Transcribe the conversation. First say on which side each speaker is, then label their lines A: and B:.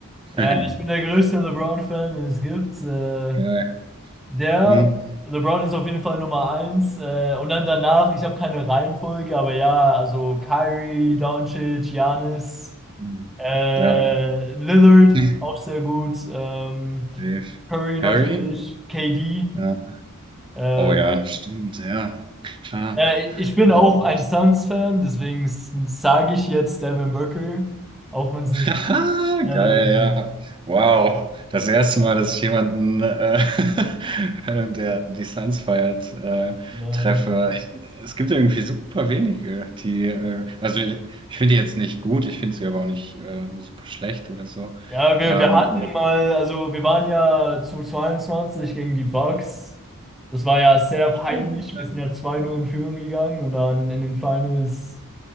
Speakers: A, in the centre; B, on the right.
A: äh,
B: <laughs>
A: ich bin der größte LeBron-Fan, den es gibt. Äh,
B: Geil.
A: Der
B: Hm.
A: LeBron ist auf jeden Fall Nummer eins. Äh, und dann danach, ich habe keine Reihenfolge, aber ja, also Kyrie, Doncic, Giannis,
B: Hm.
A: äh,
B: Ja,
A: Lillard,
B: <laughs>
A: auch sehr gut. Ähm,
B: safe.
A: Curry
B: Curry?
A: natürlich, KD.
B: Ja.
A: Äh,
B: Oh ja, stimmt, ja, klar.
A: äh, ich bin
B: Oh,
A: auch
B: Gott.
A: ein Suns-Fan, deswegen sage ich jetzt Devin Booker, auch wenn es nicht
B: <laughs> Haha,
A: ähm,
B: geil, ja. Wow, das erste Mal, dass ich jemanden, äh, <laughs> der die Suns feiert, äh,
A: äh,
B: treffe. Es gibt irgendwie super wenige, die, äh, also ich, ich finde die jetzt nicht gut, ich finde sie aber auch nicht äh, super schlecht oder so.
A: Ja, wir,
B: Ähm,
A: wir hatten
B: Ja. Ähm,
A: mal, also wir waren ja zu 22 gegen die Bucks. Das war ja sehr peinlich.
B: stimmt, ähm,
A: Wir sind ja 2-0 in Führung gegangen und dann in den Finals